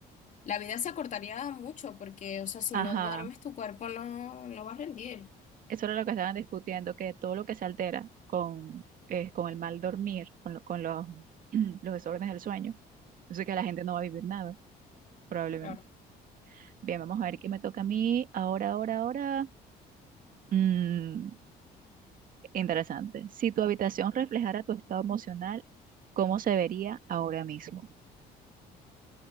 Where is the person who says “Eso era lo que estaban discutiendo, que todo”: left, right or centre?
Right